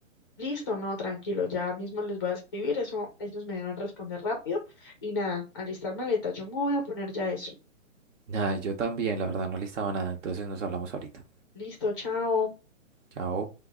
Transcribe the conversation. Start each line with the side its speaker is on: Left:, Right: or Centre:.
Left: Listo, no, tranquilo, ya mismo les voy a escribir, eso ellos me deben responder rápido y nada, alistar maleta, yo me voy a poner ya eso.
Right: Nada, yo también, la verdad, no listaba nada. Entonces, nos hablamos ahorita.
Left: Listo, chao.
Right: Chao.